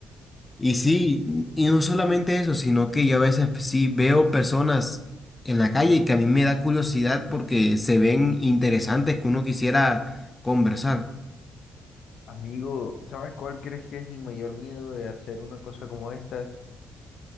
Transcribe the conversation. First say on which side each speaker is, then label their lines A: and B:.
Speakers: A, on the left; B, on the left.
A: Y sí, y no solamente eso, sino que yo a veces pues, sí veo personas en la calle que a mí me da curiosidad porque se ven interesantes que uno quisiera conversar.
B: Amigo, ¿sabes cuál crees que es mi mayor miedo de hacer una cosa como estas?